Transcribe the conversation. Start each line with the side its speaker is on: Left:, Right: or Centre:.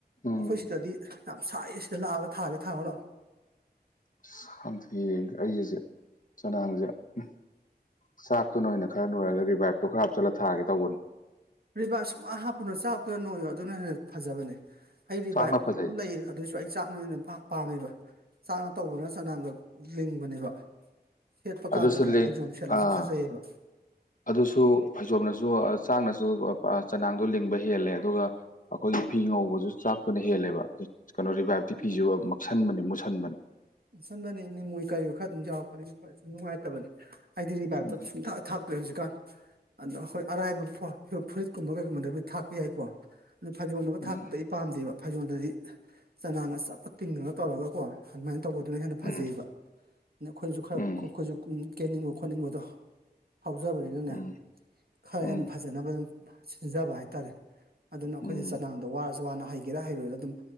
Left: ꯎꯝ
Right: ꯑꯩꯈꯣꯏ ꯁꯤꯗꯗꯤ ꯌꯥꯝ ꯁꯥꯏꯌꯦ ꯁꯤꯗ ꯂꯥꯛꯑꯒ ꯊꯥꯒꯦ ꯊꯥꯔꯨ ꯂꯥꯛꯑꯣ
Left: ꯑꯁ ꯈꯪꯗꯦ ꯌꯦꯡꯒꯦ ꯑꯩꯖꯦ ꯆꯅꯥꯡꯖꯦ ꯎꯝ ꯆꯥꯛ__ ꯇꯨꯅ ꯑꯣꯏꯅ ꯈꯔ ꯅꯣꯏꯔꯒ ꯔꯤꯚꯥꯏꯕꯇꯣ ꯈꯔ ꯍꯥꯞꯆꯜꯂ ꯊꯥꯒꯦ ꯇꯧꯕꯅꯤ
Right: ꯔꯤꯕꯥꯥꯏꯕ ꯁꯨꯛꯍꯥꯞ ꯍꯥꯞꯄꯨꯅꯣ ꯆꯥꯛꯇꯨꯅ ꯅꯣꯏꯌꯣ ꯑꯗꯨꯅ ꯍꯦꯟꯅ ꯐꯖꯕꯅꯦ ꯑꯩ ꯔꯤꯚꯥꯏꯕ
Left: ꯆꯥꯛꯅ ꯐꯖꯩ
Right: ꯑꯗꯨꯝ ꯂꯩꯌꯦ ꯑꯗꯨꯏꯁꯨ ꯑꯩ ꯆꯥꯛꯅ ꯍꯦꯟꯅ ꯄꯥꯝ ꯄꯥꯝꯃꯦꯕ ꯆꯥꯛꯅ ꯇꯧꯕꯅꯁꯨ__ ꯆꯅꯥꯡꯗ ꯂꯤꯡꯕꯅꯦꯕ ꯁꯦꯠꯄ
Left: ꯑꯗꯨꯁꯨ
Right: ꯀꯥꯟꯗꯅꯦ
Left: ꯂꯤ
Right: ꯐꯩꯖꯣꯝ ꯁꯦꯠꯂꯖꯨ
Left: ꯑꯥ
Right: ꯐꯖꯩꯌꯦꯕ
Left: ꯑꯗꯨꯁꯨ ꯐꯩꯖꯣꯝꯅꯁꯨ ꯑꯥ ꯆꯥꯛꯅꯁꯨ ꯑꯥ ꯆꯅꯥꯡꯗꯣ ꯂꯤꯡꯕ ꯍꯦꯜꯂꯦ ꯑꯗꯨꯒ__ ꯑꯈꯣꯏꯒꯤ ꯐꯤ ꯉꯧꯕꯖꯨ ꯆꯥꯛꯇꯨꯅ ꯍꯦꯜꯂꯦꯕ ꯑꯗꯨ ꯀꯩꯅꯣ ꯔꯤꯚꯥꯏꯞꯇꯤ ꯐꯤꯖꯨ ꯑꯥ ꯃꯛꯁꯟꯕꯅꯦ ꯃꯨꯁꯟꯕꯅꯦ__
Right: ꯁꯟꯕꯅꯦ ꯅꯤꯝ ꯑꯣꯏ ꯀꯔꯤ ꯑꯣꯏ ꯈꯔ ꯑꯗꯨꯝ ꯌꯥꯎꯔꯛꯄꯅꯤ <unintelligible> ꯅꯨꯡꯉꯥꯏꯇꯕꯅꯦ ꯑꯩꯗꯤ ꯔꯤꯕꯥꯏꯕꯇꯣ
Left: ꯎꯝ
Right: ꯁꯨꯡꯊꯥꯛ ꯊꯥꯛ__ ꯇ꯭ꯔꯦ ꯍꯧꯖꯤꯛꯀꯥꯟ ꯑꯗꯣ ꯑꯩꯈꯣ ꯑꯔꯥꯏꯕ ꯐꯣ ꯐꯨꯔ ꯐꯨꯔꯤꯠꯀꯨꯝꯕ ꯀꯩꯒꯨꯝꯕꯗꯕꯨ ꯊꯥꯛꯄ ꯌꯥꯏꯀꯣ ꯅꯨ ꯐꯩꯖꯣꯝꯗꯒ
Left: ꯎꯝ
Right: ꯊꯥꯛꯄꯗꯤ ꯑꯩ__ ꯄꯥꯝꯗꯦꯕ ꯐꯩꯖꯣꯟꯗꯗꯤ ꯆꯅꯥꯡꯒ ꯆꯞꯀ ꯇꯤꯡꯉꯒ ꯇꯧꯔꯒꯀꯣ ꯑꯗꯨꯃꯥꯏꯅ ꯇꯧꯕꯗꯨꯅ ꯍꯦꯟꯅ__ ꯐꯖꯩꯑꯦꯕ
Left: ꯎꯝ
Right: ꯅꯈꯣꯏꯖꯨ ꯈꯔ
Left: ꯎꯝ
Right: ꯈꯥ ꯈꯣꯏ ꯈꯣꯏꯖꯨ ꯎꯝ ꯀꯦꯅꯤꯡꯕ ꯈꯣꯠꯅꯤꯡꯕꯗꯣ__ ꯐꯥꯎꯖꯕꯅꯤꯅꯅꯦ
Left: ꯎꯝ
Right: ꯈꯥ
Left: ꯎꯝ
Right: ꯍꯦꯟꯅ ꯐꯖꯅꯕ ꯑꯗꯨꯝ ꯁꯤ ꯁꯤꯖꯕ ꯍꯥꯏꯇꯥꯔꯦ ꯑꯗꯨꯅ ꯑꯩꯈꯣꯏꯗꯤ
Left: ꯎꯝ
Right: ꯆꯅꯥꯡ__ ꯗꯣ ꯋꯥꯔꯖꯨ ꯋꯥꯅ ꯍꯩꯒꯦꯔꯥ ꯍꯩꯔꯣꯏꯔꯥ ꯑꯗꯨꯝ